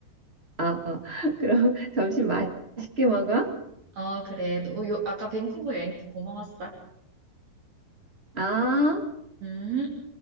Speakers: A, on the right; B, on the right.
A: 아, 아, 그럼 <laughs> 점심 맛있게 먹어?
B: 어, 그래. 너, 요, 아까 밴쿠버 여행 고마웠어.
A: 아.
B: 음.